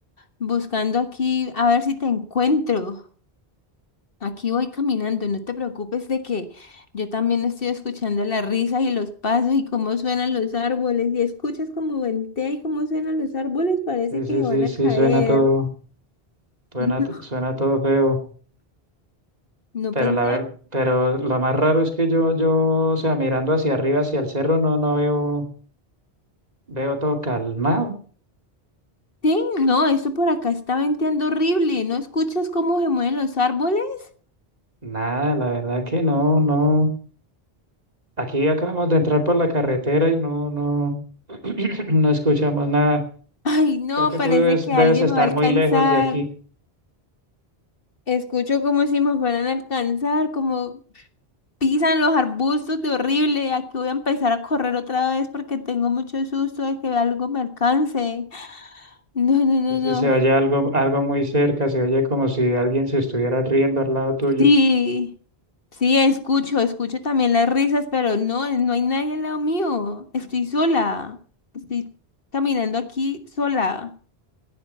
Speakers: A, on the left; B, on the right.
A: buscando aquí a ver si te encuentro. Aquí voy caminando, no te preocupes de que yo también estoy escuchando la risa y los pasos y cómo suenan los árboles. Y escuchas cómo ventea y cómo suenan los árboles, parece
B: Sí,
A: que
B: sí,
A: se
B: sí,
A: van a
B: sí,
A: caer.
B: suena todo,
A: <laughs>
B: suena,
A: No,
B: suena todo feo.
A: no
B: Pero
A: pensé.
B: la ver, pero lo más raro es que yo, yo, o sea, mirando hacia arriba, hacia el cerro, no, no veo, veo todo calmado.
A: Sí, no, esto por acá está venteando horrible. ¿No escuchas cómo se mueven los árboles? <laughs>
B: Nada, la verdad que no, no. Aquí acabamos de entrar por la carretera y no, no, <clears throat> no escuchamos nada.
A: Ay, no,
B: Creo que
A: parece
B: tú debes,
A: que alguien
B: debes estar
A: me va a alcanzar.
B: muy lejos de aquí.
A: Escucho como si me fueran a alcanzar, como pisan los arbustos de horrible. Aquí voy a empezar a correr otra vez porque tengo mucho susto de que algo me alcance. No, no, no,
B: Sí,
A: no.
B: sí, se oye algo, algo muy cerca, se oye como si alguien se estuviera riendo al lado tuyo.
A: Sí, sí, escucho, escucho también las risas, pero no, no hay nadie al lado mío. Estoy sola. Estoy caminando aquí sola.